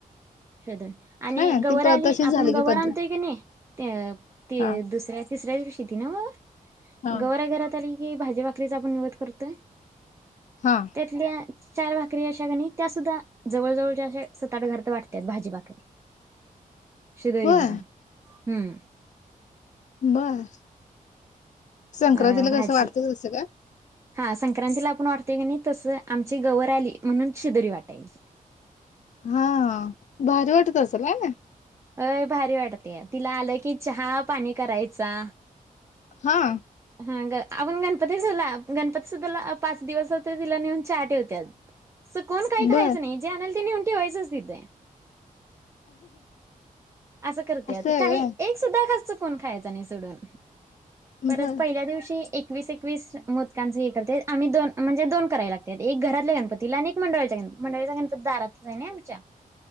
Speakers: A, on the right; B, on the left.
A: शध आणि
B: हाय ना
A: गवर
B: ती प
A: आली
B: तशीच
A: आपण
B: झाली
A: गववर
B: की पद्धत
A: आणतोय की नाही ते त
B: हा
A: दुसऱ्या तिसऱ्या दिवशीती ना वर
B: हा
A: गौऱ्या घरात आली. की भाजी भाकरीचा आपण निवत करतोय.
B: हा
A: त्यातल्या चार भाकरी अशा कणी त्या सुद्धा जवळ जवळच्या सात आठ घरात वाटतात. त्यात भाजीभाकरी शिदोरी
B: होय
A: म्हणा हम्म.
B: बास. संक्रांतीला
A: अ भाजी
B: कस वाटत तसं का?
A: हा संक्रांतीला आपण वाटतोय की नाही तसं आमची गवर आली म्हणून शिदोरी वाटायची.
B: हा. भारी वाटत असेल ना हा ना.
A: अय भारी वाटतीय तिला आलं की चहा पाणी करायचा.
B: हा.
A: हा ग आपण गणपती सुला गणपती सुद्धाला पाच दिवस होते तिला नेऊन चहा ठेवत्यात. असं कोण काही
B: बर
A: खायचं नाही जे आणलं ते नेहून ठेवायचं तिथे. असं करतात
B: आहे
A: काही
B: होय
A: एक सुद्धा घास चुकत कोण खायच नाही सोडून परत
B: बर
A: पहिल्या दिवशी एकवीस एकवीस मोदकाचं हे करते आम्ही दोन म्हणजे दोन करायला लागतात एक घरातल्या गणपतीला आणि एक मंडळाच्या गणपतीला मंडळाच्या गणपती दारातच आहे ना आमच्या